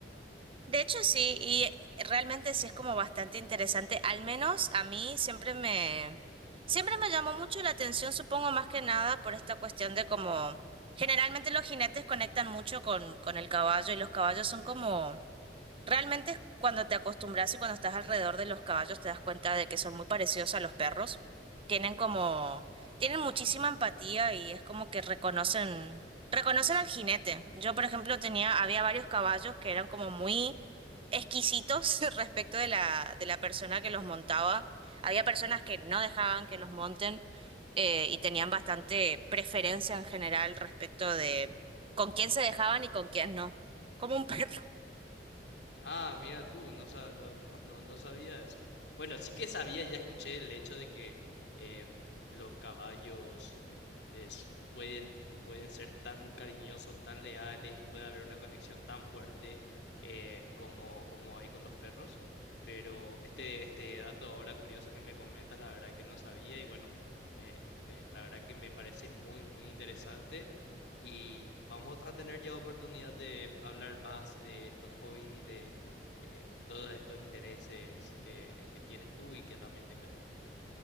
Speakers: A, on the right; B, on the left.
A: De hecho, sí, y eh, realmente sí es como bastante interesante. Al menos a mí siempre me, siempre me llamó mucho la atención, supongo más que nada por esta cuestión de como, generalmente los jinetes conectan mucho con, con el caballo y los caballos son como Realmente cuando te acostumbras y cuando estás alrededor de los caballos te das cuenta de que son muy parecidos a los perros. Tienen como, tienen muchísima empatía y es como que reconocen, reconocen al jinete. Yo, por ejemplo, tenía, había varios caballos que eran como muy exquisitos <laughs> respecto de la, de la persona que los montaba. Había personas que no dejaban que los monten eh, y tenían bastante preferencia en general respecto de con quién se dejaban y con quién no. Como un <laughs> perro.
B: Ah, mira tú, no, sa- no, no, no, no sabía eso. Bueno, sí que sabía, ya escuché el hecho de que em, los caballos es- pueden, pueden ser tan cariñosos, tan leales y puede haber una conexión tan fuerte eh, como, como hay con los perros. Pero este, este dato ahora curioso que me comentas, la verdad que no sabía y bueno, me, me- la verdad que me parece muy, muy interesante. Y vamos a tener ya oportunidad de hablar más de estos hobbies y de eh, todos estos intereses que, que tienes tú y que también tengo yo.